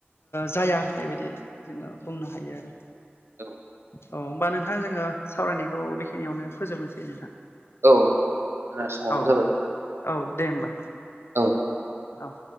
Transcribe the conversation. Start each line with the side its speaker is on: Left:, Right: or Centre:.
Left: जाया होननाय बायदि जोङो बुंनो हायो आरो
Right: औ
Left: औ होमबा नोंथां जोङो सावरायनायखौ बेखिनियावनो फोजोबनोसै नोंथां
Right: औ औ जोंना समाबो
Left: औ
Right: जाबाय।
Left: औ दे होमबा।
Right: औ
Left: औ